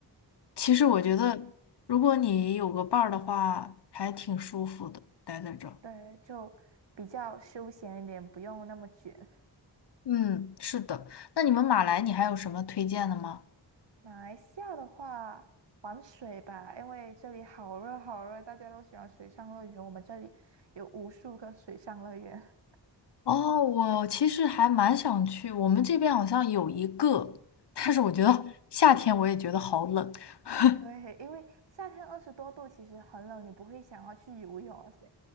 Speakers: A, on the left; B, on the right.
A: 其实我觉得，
B: 那
A: 如果你有个伴儿的话，还挺舒服的，待在这儿。
B: 对，就比较休闲一点，不用那么卷。
A: 嗯，是的。那你们马来，你还有什么推荐的吗？
B: 马来西亚的话，玩水吧，因为这里好热好热，大家都喜欢水上乐园。我们这里有无数个水上乐园。
A: 哦，我其实还蛮想去，我们这边好像有一个，但是我觉得
B: 嗯，
A: <laughs> 夏天我也觉得好冷。<laughs>
B: <laughs> 对，因为夏天二十多度，其实很冷，你不会想要去游泳，而且